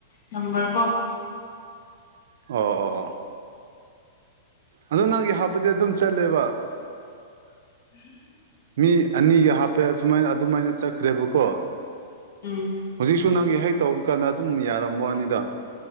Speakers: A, on the left; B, on the right.
A: ꯅꯝꯕꯔ ꯀꯣ
B: ꯑꯣ ꯑꯣ ꯑꯣ ꯑꯗꯣ ꯅꯪꯒꯤ ꯍꯥꯞꯄꯗꯤ ꯑꯗꯨꯝ ꯆꯠꯂꯦꯕ
A: <inaudible>
B: ꯃꯤ ꯑꯅꯤꯒ ꯍꯥꯞꯄꯦ ꯑꯁꯨꯃꯥꯏꯅ ꯑꯗꯨꯃꯥꯏꯅ ꯆꯠꯈ꯭ꯔꯦꯕꯀꯣ
A: ꯎꯝ
B: ꯍꯧꯖꯤꯛꯁꯨ ꯅꯪꯒꯤ ꯍꯦꯛ ꯇꯧꯕ ꯀꯥꯟꯗ ꯑꯗꯨꯝ ꯌꯥꯔꯝꯃꯅꯤꯗ